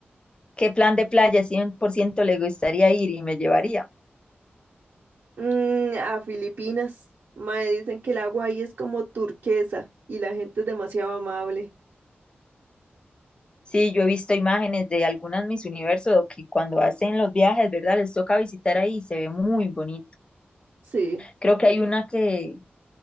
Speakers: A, on the left; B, on the right.
A: ¿qué plan de playa 100% le gustaría ir y me llevaría?
B: mm, a Filipinas, mae, dicen que el agua ahí es como turquesa y la gente es demasiado amable.
A: Sí, yo he visto imágenes de algunas Miss Universo do- que cuando hacen los viajes, ¿verdad? Les toca visitar ahí y se ve muy bonito.
B: Sí,
A: Creo que hay una que,